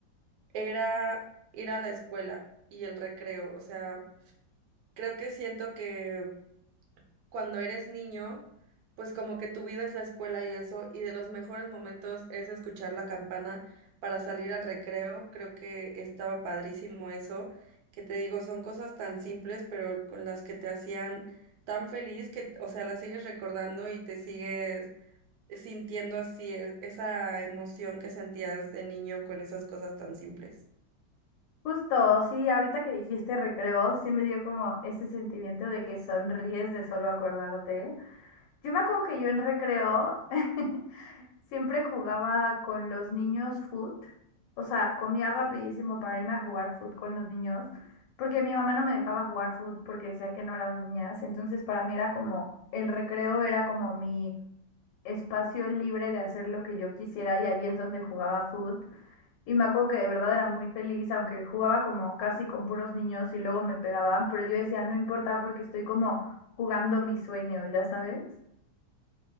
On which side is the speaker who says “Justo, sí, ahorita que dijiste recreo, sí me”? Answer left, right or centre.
Left